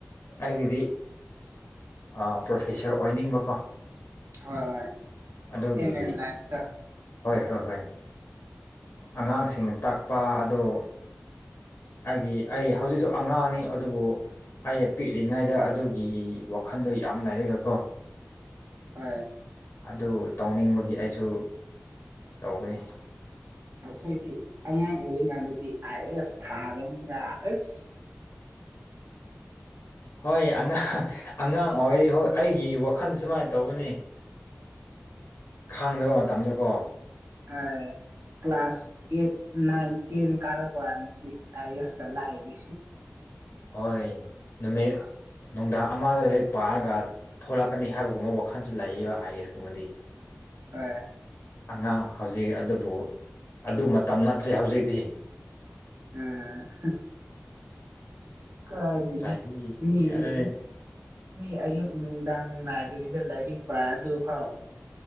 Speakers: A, on the left; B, on the right.
A: ꯑꯩꯒꯤꯗꯤ ꯑꯥ ꯄ꯭ꯔꯣꯐꯦꯁꯔ ꯑꯣꯏꯅꯤꯡꯕꯀꯣ
B: ꯍꯣꯏ ꯍꯣꯏ
A: ꯑꯗꯨꯒꯤ
B: ꯑꯦꯝ ꯑꯦꯟ ꯂꯥꯏꯐꯇ
A: ꯍꯣꯏ ꯍꯣꯏ ꯍꯣꯏ ꯑꯉꯥꯡꯁꯤꯡꯅ ꯇꯥꯛꯄ ꯑꯗꯣ ꯑꯩꯒꯤ ꯑꯩ ꯍꯧꯖꯤꯛꯁꯨ ꯑꯉꯥꯡꯅꯤ ꯑꯗꯨꯕꯨ ꯑꯩ ꯄꯤꯛꯂꯤꯉꯩꯗ ꯑꯗꯨꯒꯤ ꯋꯥꯈꯟꯗꯣ ꯌꯥꯝ ꯂꯩꯔꯒ ꯀꯣ
B: ꯍꯥꯏ
A: ꯑꯗꯨ ꯇꯧꯅꯤꯡꯕꯒꯤ ꯑꯩꯁꯨ ꯇꯧꯕꯅꯤ
B: ꯑꯩꯈꯣꯏꯗꯤ ꯑꯉꯥꯡ ꯑꯣꯏꯔꯤꯡꯉꯥꯟꯗꯗꯤ ꯑꯥꯏ ꯑꯦꯁ ꯊꯥꯒꯅꯤꯒ ꯑꯁ
A: ꯍꯣꯏ ꯑꯉꯥꯡ ꯑꯉꯥꯡ ꯑꯣꯏꯔꯤ ꯍꯣꯏ ꯑꯩꯒꯤ ꯋꯥ ꯈꯟꯁꯦ ꯁꯨꯃꯥꯏꯅ ꯇꯧꯕꯅꯤ ꯈꯥꯡꯗꯕ ꯃꯇꯝꯗ ꯀꯣ
B: ꯑꯥꯏ ꯀ꯭ꯂꯥꯁ ꯑꯦꯠ ꯅꯥꯏꯟ ꯇꯦꯟ ꯀꯥꯔꯛꯄ ꯀꯥꯟꯗꯗꯤ ꯑꯥꯏ ꯑꯦꯁꯀ ꯂꯥꯏꯔꯤ
A: ꯍꯣꯏ ꯅꯨꯃꯤꯠ ꯅꯨꯡꯗꯥꯡ ꯑꯃꯗ ꯂꯥꯏꯔꯤꯛ ꯄꯥꯔꯒ ꯊꯣꯛꯂꯛꯀꯅꯤ ꯍꯥꯏꯕꯒꯨꯝꯕ ꯋꯥꯈꯜꯁꯨ ꯂꯩꯌꯦꯕ ꯑꯥꯏ ꯑꯦꯁ ꯀꯨꯝꯕꯗꯤ
B: ꯑꯥ
A: ꯑꯉꯥꯡ ꯍꯧꯖꯤꯛ ꯑꯗꯨꯕꯨ ꯑꯗꯨ ꯃꯇꯝ ꯅꯠꯇ꯭ꯔꯦ ꯍꯧꯖꯤꯛꯇꯤ
B: <unintelligible> ꯀꯥꯏꯗꯒꯤ
A: ꯆꯍꯤ
B: ꯃꯤ
A: ꯑꯗꯨꯅꯤ
B: ꯎꯝ ꯃꯤ ꯑꯌꯨꯛ ꯅꯨꯡꯗꯥꯡ ꯅꯥꯏꯗꯕꯤꯗ ꯂꯥꯏꯔꯤꯛ ꯄꯥ ꯑꯗꯨꯐꯥꯎ